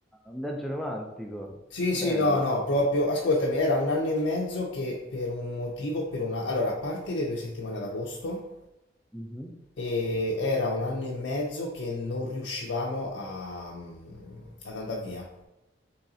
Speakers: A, in the centre; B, on the left.
A: un viaggio romantico.
B: Sì,
A: Bello.
B: sì, no, no, proprio, ascoltami, era un anno e mezzo che per un motivo, per una... Allora, a parte le due settimane ad agosto,
A: Mhm.
B: e era un anno e mezzo che non riuscivamo a, mm, ad andare via.